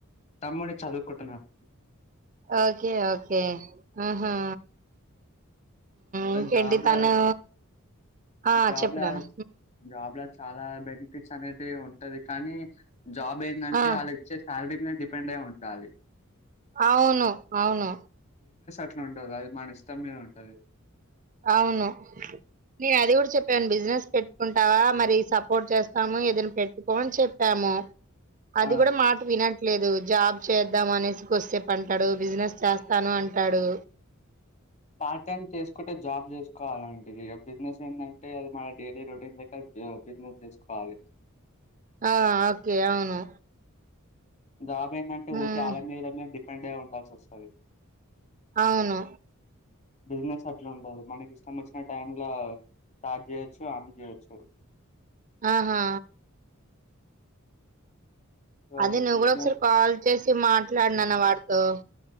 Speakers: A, on the left; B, on the right.
A: తమ్ముడు చదువుకుంటున్నాడు.
B: ఓకే ఓకే ఆహా
A: అలా
B: ఇంకేంటి
A: జాబ్‌లా
B: తను ఆ
A: జాబ్‌లా
B: చెప్పడాను
A: జాబ్‌లో చాలా బెనిఫిట్స్ అనేది ఉంటది కానీ జాబ్ ఏంటంటే
B: ఆ
A: వాళ్ళు ఇచ్చే శాలరీ డిపెండ్ అయి ఉండాలి
B: అవును అవును
A: ఇట్లా ఉంటది అది మన ఇష్టం మీద ఉంటది
B: అవును నేను అది కూడా చెప్పాను బిజినెస్ పెట్టుకుంటావా మరి సపోర్ట్ చేస్తాము ఏదైనా పెట్టుకో అని చెప్పాము
A: ఆ!
B: అది కూడా మాట వినం లేదు జాబ్ చేద్దాం అనేసి కొదిసేపు అంటాడు బిజినెస్ చేస్తాను అంటాడు
A: పార్ట్ టైమ్ చేసుకుంటే జాబ్ చేసుకోవాలండి బిజినెస్ ఏంటంటే అది మన డైలీ రొటీన్ ద బిజినెస్ చేసుకోవాలి
B: ఆ ఓకే అవును
A: జాబ ఏంటంటే
B: ఉమ్,
A: ఊరికే ఆల మీదల మీద ప్పండే ఉండ స వస్త
B: అవును
A: బిజినెస్ అట్ల ఉండదు మనకి ఇష్టం వచ్చిన టై లో స్టార్ట్ చేయొచ్చు అన్ చేయొచ్చు
B: ఆహా
A: సో,
B: అదే నువ్వు
A: బిజినెస్
B: కూడా ఒకసారి కాల్ చేసి మాట్లాడునాన్న వాడితో